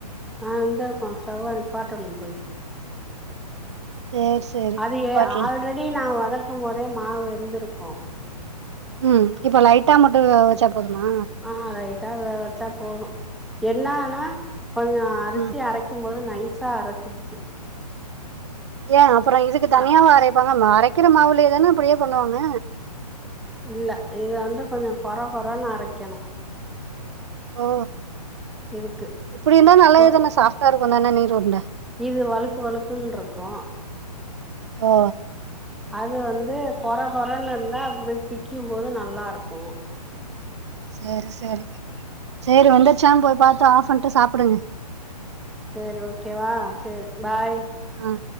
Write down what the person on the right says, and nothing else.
சேரி சேரி
நிப்பாட்லா
ம் இப்ப லைட்டா மட்டும் வெவச்சா போதுமா
ம்
ஏன் அப்பும் இதுக்கு தனியாவா
அரைப்பாங்க அரைக்கிற மாவுலேதானே இப்படியே பண்ணுவாங்க
ஓ
இப்படி இருந்தா நல்லது
தானே சாஃப்டா இருக்கும் தானே நீர் உருண்ட
ஓ
சேரி சேரி சேரி வந்துருச்சான் போய் பாத்து ஆஃப் பண்ணிட்டு சாப்பிடுங்க
ம்